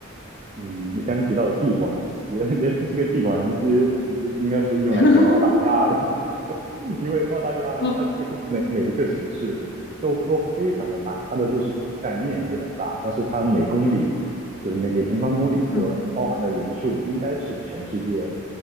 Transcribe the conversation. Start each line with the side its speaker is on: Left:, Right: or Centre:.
Right: 嗯，你刚刚提到的地广人稀，<laughs> 这个地广人稀嗯应该是用来形容澳大利亚的。
Left: <laughs>
Right: 因为澳大利亚它几乎每每一个城市都都非常的大，
Left: 嗯
Right: 它的就是覆盖面积很大，但是它每公里就是每每平方公里所包含的人数应该是全世界
Left: 嗯